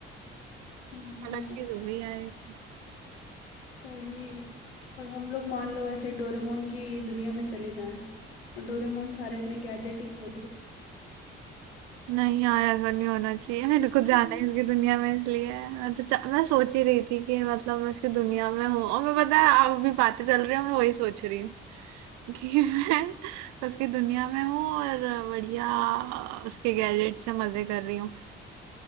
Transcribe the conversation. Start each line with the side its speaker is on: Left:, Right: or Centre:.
Left: हम्म,
Right: अलग
Left: हाँ
Right: चीज हो गई यार ये तो।
Left: वही और हम लोग मान लो ऐसे डोरेमोन की दुनिया में चले जाएं और डोरेमोन सारे अपने गैजेट ही खो दे
Right: नहीं यार ऐसा नहीं होना चाहिए मेरे को जाना
Left: हम्म,
Right: है इसकी दुनिया में इसलिए मैं तो चा... मैं सोच ही रही थी कि मतलब मैं इसकी दुनिया में हूँ और मैं पता है आप भी बातें चल रही है मैं वही सोच रही हूँ <laughs> कि मैं उसकी दुनिया में हूँ और बढ़िया उसके गैजेट से मजे कर रही हूँ